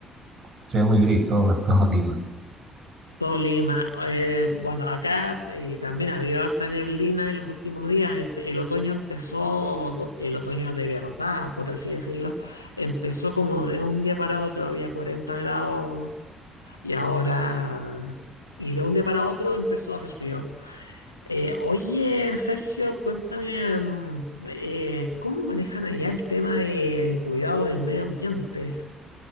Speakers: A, on the right; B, on the left.
A: Se ve muy gris todo, <laughs> todo Lima.
B: Todo Lima. Eh, bueno, acá eh, también ha habido harta neblina en los últimos días. El, el otoño empezó, el otoño de verdad, por así decirlo, empezó como de un día para otro, había 40 grados Y ahora, y de un día para otro empezó a hacer frío. Eh, oye, Sergio, cuéntame, mm, eh, ¿cómo manejan allá el tema del cuidado del medio ambiente?